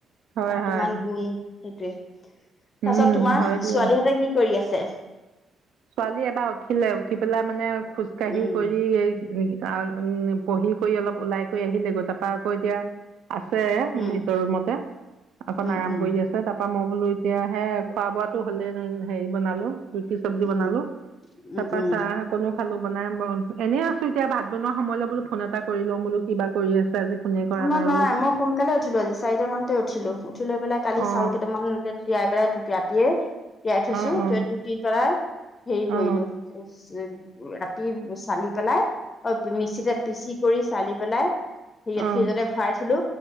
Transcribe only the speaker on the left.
ত
কিমান গুণ সেইটোৱে।
তাৰপাছত তোমাৰ
ছোৱালীহঁতে কি কৰি আছে।
উম
উম
উম
উম
উম
উম উম
উম উম
কোনো
নাই মই সোনকালে উঠিলো আজি চাৰিটা মানতে উঠিলো উঠি লৈ পেলাই কালি
চাউল কেইটামান তিয়াই পেলাই ৰাতিয়ে তিয়াই থৈছো
টুতি পেলাই হেৰি কৰিলো
উ ৰাতি চালি পেলাই অ মিক্সিতে পিচি কৰি চালি পেলাই সত
ফ্ৰিজতে ভৰাই থলো